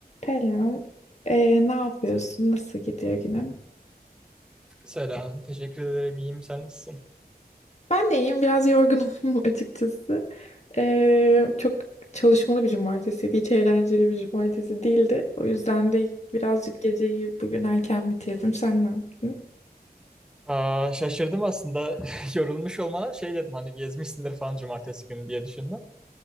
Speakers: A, on the left; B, in the centre.
A: Selam. Ee, ne yapıyorsun?
B: Se-
A: Nasıl gidiyor günün?
B: Selam. Teşekkür ederim. İyiyim. Sen nasılsın?
A: Ben de iyiyim. Biraz yorgunum <laughs> açıkçası. Ee, çok çalışmalı bir cumartesiydi. Hiç eğlenceli bir cumartesi değildi. O yüzden de birazcık geceyi bugün erken bitirdim. Sen ne yaptın?
B: Aa, şaşırdım aslında. <laughs> Yorulmuş olmana şey dedim hani gezmişsindir falan cumartesi günü diye düşündüm.